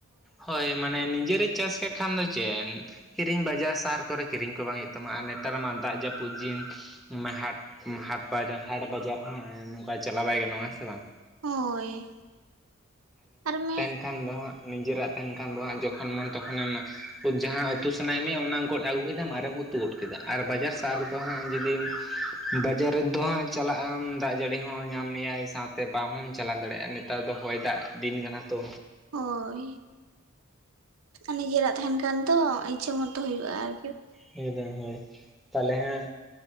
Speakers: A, in the centre; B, on the right.
A: ᱦᱳᱭ ᱢᱟᱱᱮ ᱱᱤᱡᱮᱨᱮᱡ ᱪᱟᱥ ᱠᱟᱜ ᱠᱷᱟᱱ ᱫᱚ ᱪᱮᱫ ᱠᱤᱨᱤᱧ ᱵᱟᱡᱟᱨ ᱥᱟᱨ ᱠᱚᱨᱮ ᱠᱤᱨᱤᱧ ᱠᱚ ᱵᱟᱝ ᱦᱩᱭᱩᱜ ᱛᱟᱢᱟ ᱟᱨ ᱱᱮᱛᱟᱨ ᱢᱟ ᱫᱟᱜ ᱡᱟᱹᱯᱩᱫ ᱡᱤᱱ᱾ ᱚᱱᱟ ᱦᱟᱴ, ᱦᱟᱴ ᱵᱟ ᱦᱟᱴ ᱵᱟᱡᱟᱨ ᱦᱚᱸ ᱱᱚᱝᱠᱟ ᱪᱟᱞᱟᱣ ᱵᱟᱭ ᱜᱟᱱᱚᱜᱼᱟ ᱥᱮ ᱵᱟᱝ
B: ᱦᱳᱭᱻ ᱟᱨ ᱚᱱᱮ
A: ᱮᱱᱠᱷᱟᱱ ᱫᱚ ᱦᱟᱸᱜ ᱱᱤᱡᱮᱨᱟᱜ ᱛᱟᱦᱮᱱ ᱠᱷᱟᱱ ᱫᱚ ᱦᱟᱸᱜ ᱡᱚᱠᱷᱚᱱ ᱢᱚᱱ ᱛᱚᱠᱷᱚᱱᱮᱢ ᱡᱟᱦᱟᱸ ᱩᱛᱩ ᱥᱟᱱᱟᱭᱮᱫ ᱢᱮᱭᱟ ᱚᱱᱟ ᱜᱚᱫ ᱟᱹᱜᱩ ᱠᱮᱫᱟᱢ ᱟᱨᱮᱢ ᱩᱛᱩ ᱜᱚᱫ ᱠᱮᱫᱟ ᱟᱨ ᱵᱟᱡᱟᱨ ᱥᱟᱨ ᱨᱮᱫᱚ ᱦᱟᱸᱜ ᱡᱩᱫᱤᱢ ᱵᱟᱡᱟᱨ ᱨᱮ ᱫᱚ ᱦᱟᱸᱜ ᱪᱟᱞᱟᱜ ᱟᱢ ᱫᱟᱜ ᱡᱟᱹᱲᱤ ᱦᱚᱸ ᱧᱟᱢ ᱢᱮᱭᱟᱭ ᱥᱟᱶᱛᱮ ᱵᱟ ᱦᱚᱸᱢ ᱪᱟᱞᱟᱣ ᱫᱟᱲᱮᱭᱟᱜᱼᱟ ᱱᱤᱛ ᱱᱮᱛᱟᱨ ᱫᱚ ᱦᱚᱭ ᱫᱟᱜ ᱫᱤᱱ ᱠᱟᱱᱟ ᱛᱚ᱾
B: ᱦᱳᱭ, ᱱᱤᱡᱮᱨᱟᱜ ᱛᱟᱦᱮᱱ ᱠᱷᱟᱱ ᱫᱚ ᱤᱪᱪᱷᱟᱹ ᱢᱚᱛᱚ ᱦᱩᱭᱩᱜᱼᱟ ᱟᱨ
A: <unintelligible> ᱦᱳᱭ ᱛᱟᱞᱦᱮ ᱦᱟᱸᱜ